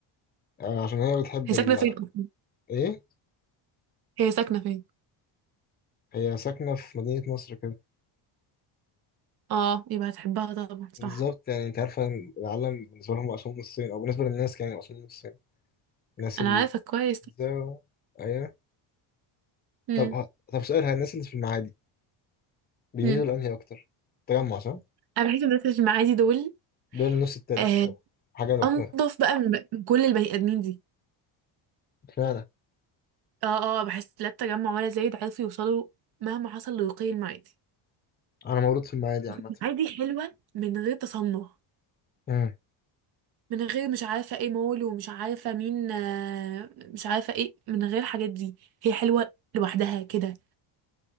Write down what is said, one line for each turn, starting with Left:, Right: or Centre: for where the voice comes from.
Left: آه عشان هي بتحب
Right: هي
Left: ال
Right: ساكنه فين اصلا
Left: ايه
Right: هي ساكنه فين
Left: هي ساكنة في مدينة نصر كده
Right: اه يبقى هتحبها طبعا صح
Left: بالظبط يعني انت عارفة ان العالم بالنسبة لهم مقسوم نصين او بالنسبة للناس يعني مقسوم نصين الناس
Right: انا
Left: ال
Right: عارفه كويس
Left: ده- ايوه
Right: امم
Left: طب ه- طب سؤال هي الناس اللي في المعادي بيميلوا
Right: امم
Left: لأنهي أكتر؟ تجمع صح؟
Right: انا بحس الناس اللي معادي دول
Left: دول النص التالت
Right: آه
Left: أو حاجة لوحدهم
Right: انضف بقى من من كل البني ادمين دي
Left: فعلا
Right: اه اه بحس لا التجمع ولا زايد عرفوا يوصلوا مهما حصل لرقي المعادي
Left: أنا مولود في المعادي عامة
Right: المعادي حلوه من غير تصنع
Left: امم
Right: من غير مش عارفة ايه مول ومش عارفة مين آه، مش عارفة ايه من غير الحاجات دي هي حلوة لوحدها كده